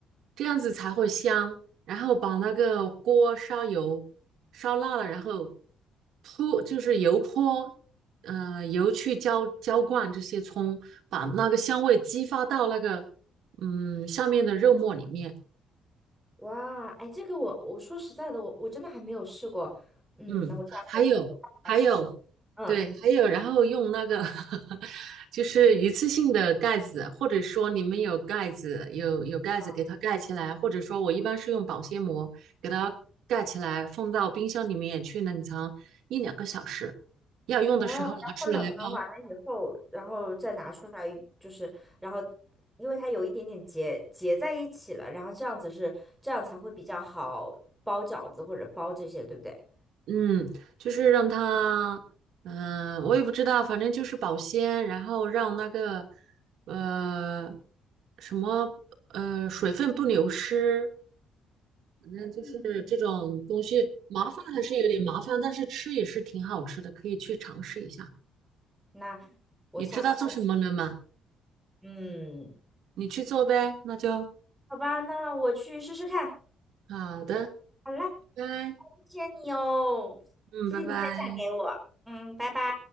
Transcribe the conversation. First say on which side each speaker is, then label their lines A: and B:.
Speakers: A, on the right; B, in the centre.
A: 这样子才会香。然后把那个锅烧油，烧辣了，然后泼就是油泼，嗯，油去浇浇灌这些葱，把那个香味激发到那个嗯下面的肉末里面。
B: 哇，哎，这个我我说实在的，我我真的还没有试过，嗯，
A: 嗯，
B: 那我下次
A: 还有还有，
B: 来试试。嗯。
A: 对，还有，然后用那个 <laughs> 就是一次性的盖子，或者说你们有盖子，有有盖子给它盖起来，
B: 啊，
A: 或者说我一般是用保鲜膜给它盖起来，放到冰箱里面去冷藏一两个小时，要用的时候拿出来包。
B: 哦，然后冷藏完了以后，然后再拿出来，就是，然后因为它有一点点结结在一起了，然后这样子是这样才会比较好包饺子或者包这些，对不对？
A: 嗯，就是让它，嗯、我也不知道，反正就是保鲜，然后让那个呃什么呃水分不流失。反正就是这种东西麻烦还是有点麻烦，
B: 嗯，
A: 但是吃也是挺好吃的，可以去尝试一下。
B: 那我下次来，
A: 你知道做什么了吗？
B: 嗯，
A: 你去做呗，那就
B: 好吧，那我去试试看。
A: 好的，
B: 好啦，
A: 拜拜，
B: 谢谢你哦，
A: 嗯，
B: 谢谢你分享给我，
A: 拜拜。
B: 嗯，拜拜。